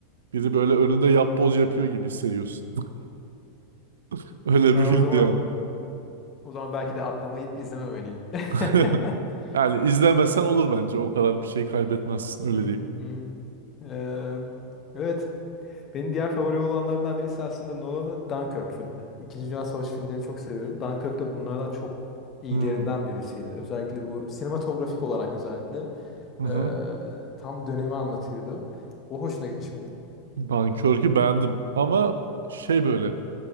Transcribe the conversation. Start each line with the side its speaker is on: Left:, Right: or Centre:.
Right: Biri böyle önünde yapboz yapıyor gibi hissediyorsun. <laughs> Öyle
Left: E,
Right: bir filmdi
Left: o zaman
Right: yani.
Left: o zaman belki de atlamayıp izlememeliyim. <laughs>
Right: <laughs> Yani izlemesen olur bence. O kadar bir şey kaybetmezsin. Öyle
Left: Hı hı,
Right: diyeyim.
Left: hı hı. Eee, evet. Benim diğer favori olanlarımdan birisi aslında Nolan'ın Dunkirk filmi. İkinci Dünya Savaşı filmlerini çok seviyorum. Dunkirk de bunlardan çok iyilerinden
Right: Hmm.
Left: birisiydi. Özellikle bu sinematografik olarak özellikle
Right: Hı
Left: eee,
Right: hı.
Left: tam dönemi anlatıyordu. O hoşuna gitmiş miydi?
Right: Dunkirk'ü beğendim. Ama şey böyle.